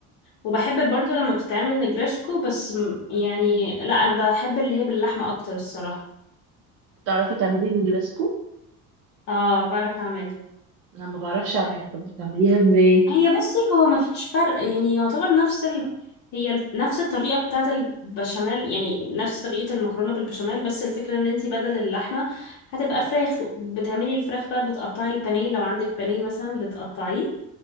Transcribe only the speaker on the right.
تعرفي تعملي النجرسكو
انا ما بعرفش اعملها طب بتعمليها ازاي